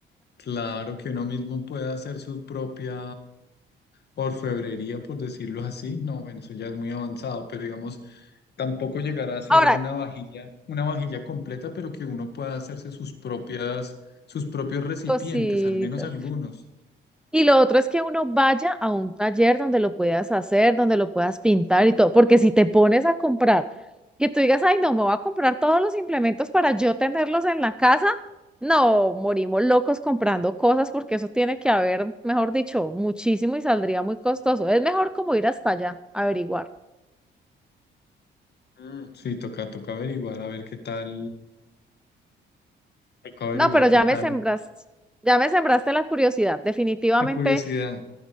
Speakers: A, on the left; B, in the centre.
A: Claro que uno mismo puede hacer su propia orfebrería, por decirlo así. No, bueno, eso ya es muy avanzado, pero digamos, tampoco llegar a ser
B: Ahora,
A: una vajilla, una vajilla completa, pero que uno pueda hacerse sus propias, sus propios recipientes,
B: cositas.
A: al menos algunos.
B: Y lo otro es que uno vaya a un taller donde lo puedas hacer, donde lo puedas pintar y todo, porque si te pones a comprar Que tú digas, ay, no, me voy a comprar todos los implementos para yo tenerlos en la casa. No, morimos locos comprando cosas porque eso tiene que haber, mejor dicho, muchísimo y saldría muy costoso. Es mejor como ir hasta allá, averiguar.
A: Mm, Sí, toca, toca averiguar, a ver qué tal, toca averiguar
B: No, pero
A: qué
B: ya
A: tal
B: me sembraste, ya me sembraste la curiosidad. Definitivamente
A: la curiosidad,